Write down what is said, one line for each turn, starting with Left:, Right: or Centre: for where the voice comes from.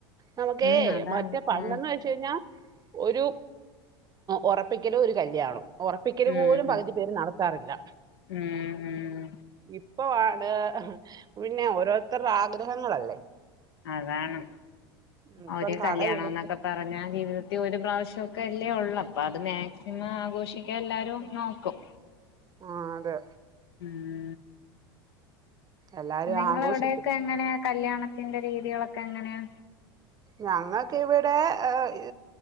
Right: നമുക്കേ
Left: ഉം അതാണ്
Right: മറ്റേ പണ്ടെന്ന്
Left: ഉം
Right: വെ ച്ച് കഴിഞാ ഒരു ഒറപ്പിക്കലും ഒരു കല്യാണോം ഒറപ്പിക്കല്
Left: ഉം
Right: പോലും
Left: ഉം
Right: പകുതി പേര് നടത്താറില്ല
Left: ഉം ഉം
Right: ഇപ്പോ ആണ് പിന്നെ ഓരോര്ത്തരുടെ ആഗ്രഹങ്ങളല്ലേ.
Left: അതാണ്
Right: ഉം, ഇപ്പം
Left: ഒരു
Right: കടമെടുത്ത്
Left: കല്യാണംന്നൊക്കെ പറഞ്ഞാൽ ജീവിതത്തിൽ ഒരു പ്രാവശ്യൊക്കെ അല്ലേ ഒള്ളൂ അപ്പോ അത് മാക്സിമം ആഘോഷിക്കാൻ എല്ലാരും നോക്കും.
Right: ആഹ് അതെ.
Left: ഉം.
Right: എല്ലാരും
Left: നിങ്ങള
Right: ആഘോഷിക്കും
Left: അവിടെയൊക്കെ എങ്ങനെയാ കല്യാണത്തിന്റെ രീതികളൊക്കെ എങ്ങനെയാ?
Right: ഞങ്ങൾക്ക് ഇവിടെ ഏഹ്.